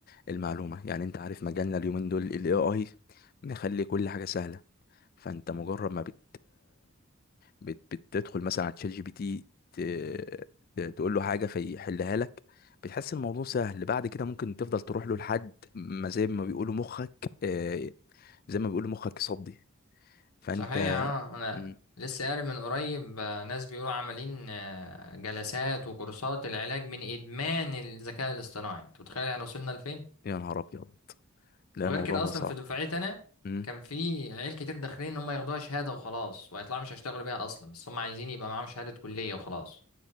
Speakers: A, on the left; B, on the left.
A: المعلومة يعني انت عارف مجالنا اليومين دول ال AI مخلي كل حاجة سهلة فانت مجرد ما بت بت بتدخل مثلا على تشات جي بي تي ت- تقول له حاجة فيحلها لك بتحس الموضوع سهل بعد كده ممكن تفضل تروح له لحد ما زي ما بيقولوا مخك آه، زي ما بيقولوا مخك صدي فانت
B: صحيح اه انا
A: مم،
B: لسه قاري من قريب آه، ناس بيقولوا عاملين آه، جلسات وكورسات العلاج من ادمان الذكاء الاصطناعي انت متخيل احنا وصلنا لفين
A: يا نهار ابيض لا
B: وغير
A: الموضوع
B: كده
A: بقى
B: اصلا
A: صعب
B: في دفعتي انا
A: امم
B: كان في عيال كتير داخلين ان هم ياخدوها شهاده وخلاص وهيطلعوا مش هيشتغلوا بيها اصلا بس هم عايزين يبقى معاهم شهاده كليه وخلاص